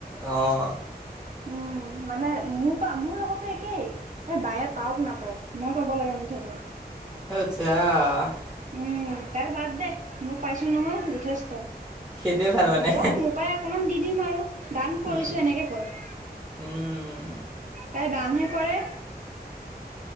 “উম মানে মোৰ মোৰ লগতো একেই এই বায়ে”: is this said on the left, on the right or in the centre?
Right